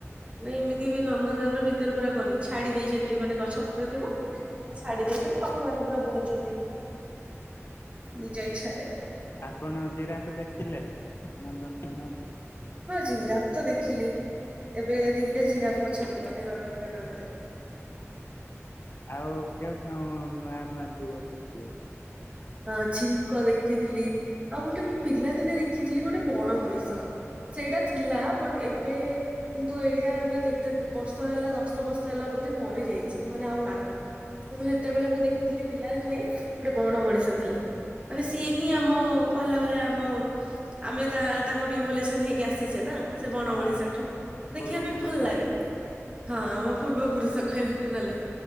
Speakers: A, on the right (about 25°); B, on the left (about 50°).
A: ମାନେ ଏମିତି ବି ନନ୍ଦନକାନ ଭିତରେ ପୁରା କରି ଛାଡି ଦେଇଛନ୍ତି ମାନେ ଗଛ ପତ୍ର ଥିବ। ଏମତି ଛାଡି ଦେଇେଇଛନ୍ତି, ପକ୍ଷୀମାନେ ପୁରା ବୁଲୁଛନ୍ତି ନିଜ ଇଛାରେ।
B: ଆପଣ ଜିରାଫ ଦେଖିଲେ ନନ୍ଦନ କାନନରେ,
A: ହଁ ଜିରାଫ ତ ଦେଖିଲି ଏବେ ଦିଟା ଜିରାଫ ଅଛନ୍ତି ବୋଧେ ନନ୍ଦନକାନନରେ,
B: ଆଉ କେଉଁ କେଉଁ ନୂଆ ନୂଆ ଯୀବ ଦେଖିଲେ,
A: ହଁ ଛିଙ୍କ ଦେଖିଥିଲି, ଆଉ ଗୋଟେ ପିଲାଦିନେ ଦେଖିଥିଲି ଗୋଟେ ବଡ ମଣିଷ। ସେଇଟା ଥିଲା ବଟ୍ ଏବେ କିନ୍ତୁ ଏଇଟା ଏବେ କେତେ ବର୍ଷ ହେଲା ଦଶ ବର୍ଷ ହେଲା ବୋଧେ ମରି ଯାଇଛି ମାନେ ଆଉ ନାହିଁ। କିନ୍ତୁ ସେତେବେଳେ ମୁଁ ଦେଖିଥିଲି ପିଲା ଦିନେଗୋଟେ ବଣ ମଣିଷ। ଥିଲା, ମାନେ ସିଏ ହିଁ ଆମକହିଲା ଭଳିଆ ଆମ। ଆମେ ତା ତାଙ୍କୁ ଟିଫଲେସନ ହେଇକି ଆସିଛେ ନା, ସେ ବଣ
B: ହଁ
A: ମଣିଷ ଠୁ ଦେଖିବା
B: ପୂର୍ବ
A: ପାଇଁ
B: ପୁରୁଷ
A: ଭଲ ଲାଗେ,
B: ଆଉ
A: ହଁ ଆମ ପୂର୍ବ ପୁରୁଷ କହିବାକୁ ଗଲେ